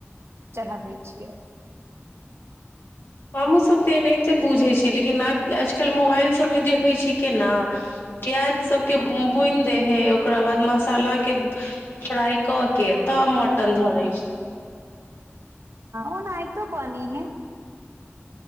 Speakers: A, on the right; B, on the left.
A: चढ़ाबै छियै
B: हमहूँसभ तऽ एनाहिते बुझैत छी लेकिन आ आज मोबाइल मे देखै छी केना प्याज सबके बुनि देै है ओकरा बाद म मसाला के फ्राइ कऽ के तब मटन धरै छै
A: ओनायतो ह